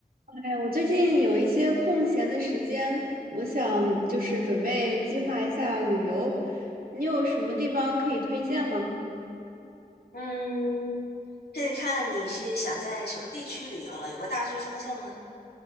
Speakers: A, on the right; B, on the left.
A: 哎，我最近有一些空闲的时间，我想就是准备计划一下旅游。你有什么地方可以推荐吗？
B: 嗯，这得看你是想在什么地区旅游了，有个大致方向吗？